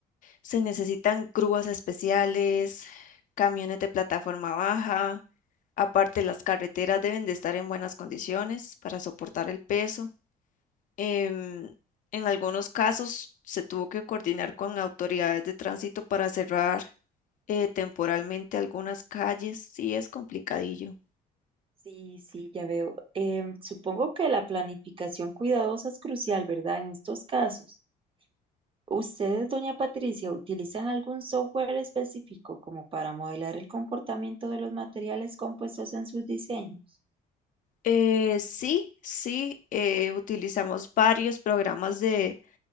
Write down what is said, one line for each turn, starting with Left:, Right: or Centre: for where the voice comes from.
Left: Se necesitan grúas especiales, camiones de plataforma baja. Aparte, las carreteras deben de estar en buenas condiciones para soportar el peso. em, en algunos casos se tuvo que coordinar con autoridades de tránsito para cerrar eh, temporalmente algunas calles. Sí, es complicadillo.
Right: Sí, sí, ya veo. Em, supongo que la planificación cuidadosa es crucial, ¿verdad? En estos casos. ¿Ustedes, doña Patricia, utilizan algún software específico como para modelar el comportamiento de los materiales compuestos en sus diseños?
Left: Eh, sí, sí, eh, utilizamos varios programas de